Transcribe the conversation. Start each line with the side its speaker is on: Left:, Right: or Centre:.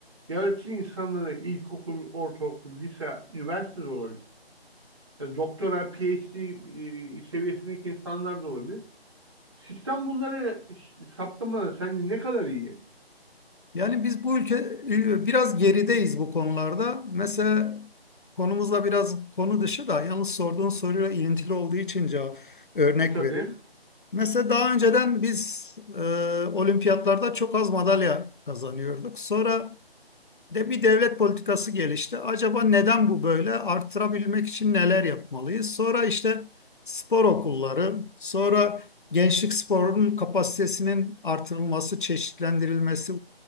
Right: yaratıcı insanları ilkokul, ortaokul, lise, üniversite de olabilir. E, doktora, PhD e, seviyesindeki insanlar da olabilir. Sistem bunları saptamada sence ne kadar iyi?
Left: Yani biz bu ülke e, biraz gerideyiz bu konularda. Mesela konumuzla biraz konu dışı da yalnız sorduğun soruyla ilintili olduğu için cevap örnek
Right: Tabii.
Left: vereyim. Mesela daha önceden biz e, olimpiyatlarda çok az madalya kazanıyorduk. Sonra de bir devlet politikası gelişti. Acaba neden bu böyle? Artırabilmek için neler yapmalıyız? Sonra işte spor okulları, sonra gençlik sporunun kapasitesinin artırılması, çeşitlendirilmesi,